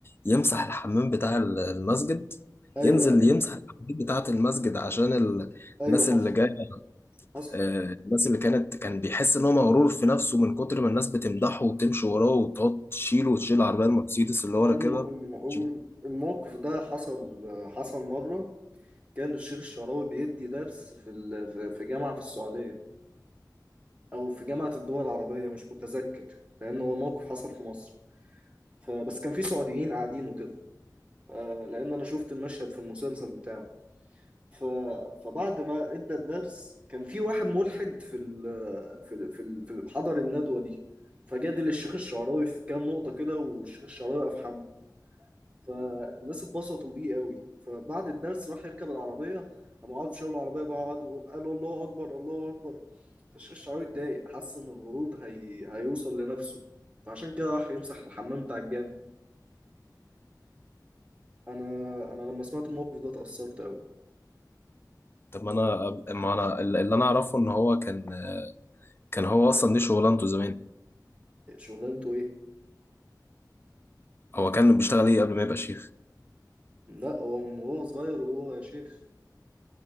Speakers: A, on the left; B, on the right.
A: يمسح الحمام بتاع المسجد
B: ايوه
A: ينزل يمسح الحمام بتاعة المسجد عشان ال-
B: ايوه
A: الناس
B: حصل
A: اللي جاية
B: حصل
A: آه، الناس اللي كانت كان بيحس ان هو مغرور في نفسه من كتر ما الناس بتمدحه وتمشي وراه وتقعد تشيله وتشيل العربيه المرسيدس اللي
B: ده
A: هو راكبها
B: الم... الم-
A: تشيل.
B: الموقف ده حصل حصل مرة كان الشيخ الشعراوي بيدي درس في ال- في في جامعة في السعودية أو في جامعة الدول العربية مش متذكر لأن هو موقف حصل في مصر فبس كان في سعوديين قاعدين وكده آه، لأن أنا شفت المشهد في المسلسل بتاعه ف... فبعد ما ادى الدرس كان في واحد ملحد في ال... في ال... في ال... في حضر الندوة دي فجادل الشيخ الشعراوي في كام نقطة كده والشيخ الشعراوي أفحمه فالناس اتبسطوا بيه قوي فبعد الدرس راح يركب العربية قاموا قعدوا شالوا العربية بقى قعدوا قالوا الله أكبر الله أكبر فالشيخ الشعراوي اتضايق حس إن الغرور هي... هيوصل لنفسه فعشان كده راح يمسح الحمام بتاع الجامع أنا أنا لما سمعت الموقف ده اتأثرت قوي
A: طب ما انا أب- ما انا اللي اللي انا اعرفه ان هو كان كان هو اصلا دي شغلانته زمان
B: شغلانته إيه؟
A: هو كان بيشتغل ايه قبل ما يبقى شيخ
B: لا هو من وهو صغير وهو يا شيخ